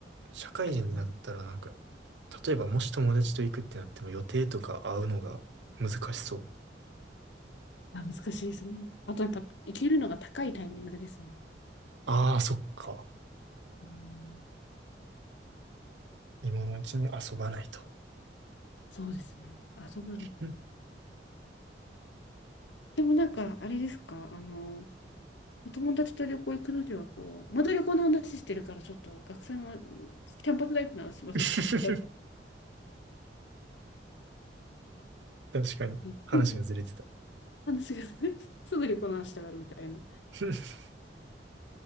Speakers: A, on the right (about 80°); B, on the left (about 80°).
A: 社会人になったらなんか、
B: うん
A: 例えばもし友達と行くってなっても予定とか会うのが難しそう。
B: あ、難しいですね。あとやっぱ行けるのが高いタイミングですね。
A: ああ、そっか。
B: うん、
A: 今のうちに遊ばないと。
B: そうですね。遊ぶのが。
A: うん
B: でもなんか、あれですか、あの、お友達と旅行行くのには、こう、まだ旅行の話してるから、ちょっと学生のキャンパスライフの話しましょうか。
A: <laughs>
B: ダメだ
A: 確かに。
B: ねうん
A: 話がずれてた。
B: 話が <laughs> すぐ旅行の話したがるみたいな。
A: <laughs>